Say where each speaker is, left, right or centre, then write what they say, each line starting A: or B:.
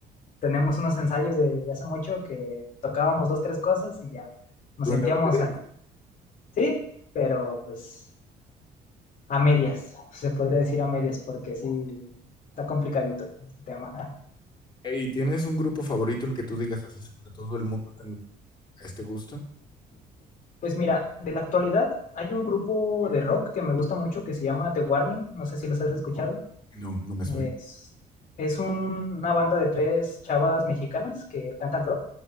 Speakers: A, on the left; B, on the left.
A: tenemos unos ensayos de, de hace mucho que tocábamos dos, tres cosas y ya nos
B: ¿Tú
A: sentíamos
B: en la batería?
A: acá, sí pero pues a medias, se podría decir a medias, porque sí está complicadito ese tema. <laughs>
B: ¿Y tienes un grupo favorito, el que tú digas así, sobre todo el mundo tengo este gusto?
A: Pues mira, de la actualidad hay un grupo de rock que me gusta mucho que se llama The Warning, no sé si los has escuchado.
B: No, no me suena.
A: Es, es un- una banda de tres chavas mexicanas que cantan rock.